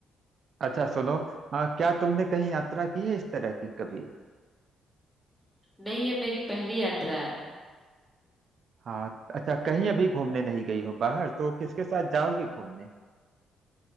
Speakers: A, on the right; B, in the centre.
A: अच्छा सुनो हाँ क्या तुमने कहीं यात्रा की है इस तरह की कभी
B: नहीं ये मेरी पहली यात्रा है
A: हाँ अच्छा कहीं अभी घूमने नहीं गई हो बाहर तो किसके साथ जाओगी घूमने